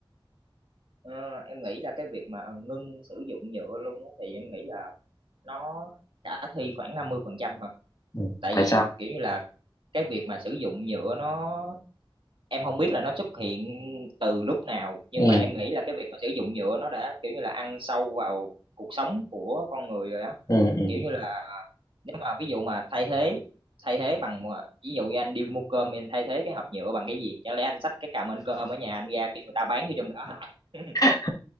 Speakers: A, on the right (about 65°); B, on the left (about 40°).
A: Ờ, em nghĩ là cái việc mà ngưng sử dụng nhựa luôn á thì em nghĩ là nó khả thi khoảng 50% thôi
B: ừ.
A: tại
B: tại
A: vì
B: sao
A: kiểu như là cái việc mà sử dụng nhựa nó em không biết là nó xuất hiện từ lúc nào nhưng
B: ừ
A: mà em nghĩ là cái việc mà sử dụng nhựa nó đã kiểu như là ăn sâu vào cuộc sống của con người rồi á
B: ừ ừ
A: kiểu như là nếu mà ví dụ mà thay thế thay thế bằng ví dụ như anh đi mua cơm anh thay thế cái hộp nhựa bằng cái gì chẳng lẽ anh xách cái cà mên cơm ở nhà anh ra kêu người ta bán vô trong đó <laughs>
B: <laughs>